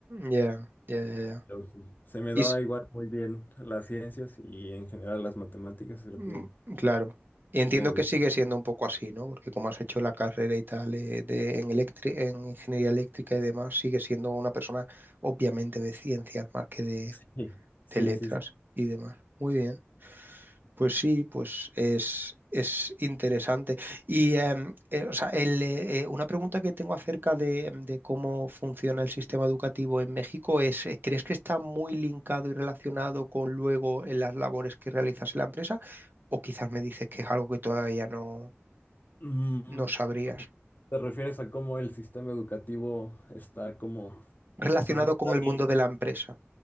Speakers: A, on the right; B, on the left.
A: ya, ya, ya, ya.
B: Pero sí, se me
A: Y
B: daba
A: s-
B: igual muy bien las ciencias y en general las matemáticas, creo
A: Mm,
B: que
A: Claro. Y entiendo
B: desde...
A: que sigue siendo un poco así, ¿no? Porque como has hecho la carrera y tal eh, de, en electri- en ingeniería eléctrica y demás, sigue siendo una persona obviamente de ciencias más que de,
B: Sí, <laughs> sí,
A: de letras
B: sí. sí.
A: y demás. Muy bien. Pues sí, pues es, es interesante. Y em, eh, o sea, el, eh, eh, una pregunta que tengo acerca de, em, de cómo funciona el sistema educativo en México es, eh, ¿crees que está muy linkado y relacionado con luego eh, las labores que realizas en la empresa? O quizás me dices que es algo que todavía no,
B: Mm,
A: no sabrías.
B: ¿te refieres a cómo el sistema educativo está como...
A: Relacionado
B: O sea, sí está
A: con el
B: bien.
A: mundo de la empresa.